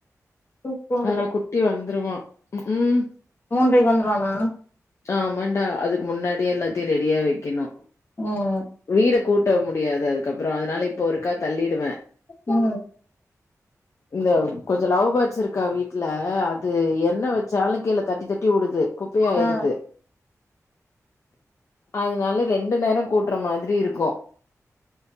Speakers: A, on the left; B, on the left.
A: தூக்கோ வருது
B: ஆனா குட்டி வந்துருவான் ம்
A: மூன்றைக்கு வந்துடுவண்ணா
B: ஆமாண்டா அதுக்கு முன்னாடியே எல்லாத்தையு ரெடியா வைக்கணு
A: ம் ம்
B: வீடு கூட்ட முடியாது அதுக்கப்றோ அதுனால இப்போ ஒருக்கா தள்ளிடுவே
A: ம்
B: இந்த கொஞ்சம் லவ் பேர்ட்ஸ் இருக்கா வீட்ல அது என்ன வச்சாலு கீழ தட்டி தட்டி வுடுது குப்பையாயிருது
A: ஆ
B: அதுனால ரெண்டு நேரோ கூட்டுற மாரி இருக்கு